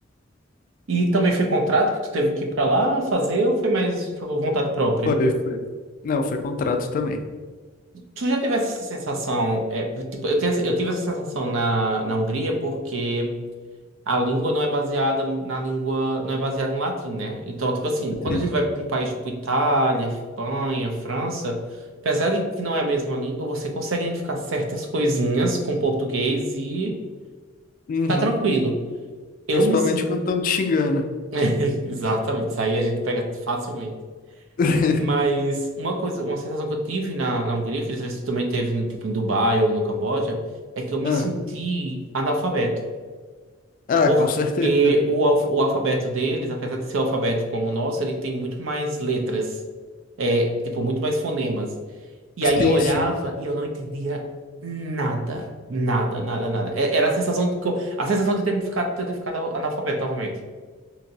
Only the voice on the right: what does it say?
E também foi contrato que tu teve que ir pra lá fazer ou foi mais foi por vontade própria?
Tu já teve essa sensação? é, tipo, eu, tenho essa- eu tive essa sensação na, na Hungria porque a língua não é baseada na língua, não é baseada em latim, né? Então, tipo assim, quando
a gente vai para um país tipo Itália, Espanha, França, apesar de que não é a mesma língua, você consegue identificar certas coisinhas com português e
tá tranquilo. Eu
me sinto.
<laughs> Exatamente, isso aí a gente pega facilmente.
Mas uma coisa, uma sensação que eu tive na, na Hungria, que eles também teve tipo, em Dubai ou no Camboja, é que eu me
senti analfabeto.
Porque
o, alf- o alfabeto deles, apesar de ser o alfabeto como o nosso, ele tem muito mais letras. É, tipo, muito mais fonemas. E
aí eu olhava
e eu não entendia nada. Nada, nada, nada. É- Era a sensação de, co- a sensação de ter me ficado, de eu ter ficado analfabeto novamente.